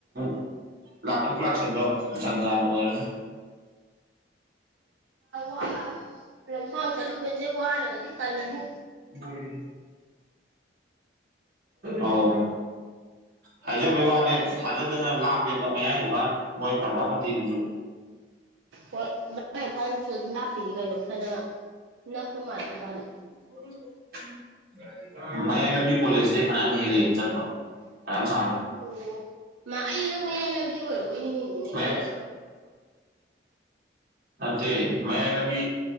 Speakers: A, on the right (about 50°); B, on the right (about 80°).
A: <inaudible> ꯂꯥꯛꯊꯣꯛ ꯂꯥꯛꯁꯤꯟꯗꯣ ꯖꯟ ꯖꯥꯟ ꯑꯣꯏꯔꯦ
B: <inaudible> ꯂꯝꯁꯥꯡ ꯆꯠꯂꯨꯕꯅ ꯋꯥꯔꯒꯗꯤ ꯇꯜꯂꯅꯤ
A: ꯃꯣꯌꯦ ꯑꯧ ꯍꯥꯏꯖꯕꯩ ꯋꯥꯅꯦ ꯊꯥꯖꯗꯅ ꯂꯥꯞꯄꯦꯕ ꯃꯌꯥꯡ ꯏꯝꯐꯥꯜ ꯃꯣꯏ ꯄ꯭ꯔꯚꯥꯃꯇꯤꯗꯨꯁꯨ
B: ꯍꯣꯏ ꯃ ꯅ ꯊꯅꯤ ꯑꯗꯨꯝ ꯉꯥꯛꯄꯤꯅꯤ ꯀꯩꯅꯣ ꯐꯅ ꯅꯛꯄ ꯃꯥꯜꯂꯤ ꯃꯥꯜꯂꯤ
A: <inaudible> ꯃꯌꯥꯏ ꯂꯝꯕꯤ ꯀꯣꯂꯦꯁ ꯇꯩ ꯐꯌꯥꯝ ꯍꯦꯟꯂꯦ ꯆꯠꯄ ꯐꯅꯌꯥꯝ ꯁꯥꯡꯅ
B: ꯑꯣ ꯃꯥ ꯑꯩ ꯅꯪ ꯂꯝꯕꯤ ꯑꯣꯏꯔꯕꯣꯏ ꯅꯤꯡ ꯏꯅꯤꯅꯦ
A: ꯃꯌꯥꯏ
B: ꯀꯣꯂꯦꯖꯇꯣ
A: ꯅꯠꯇꯦ ꯃꯌꯥꯏ ꯂꯝꯕꯤ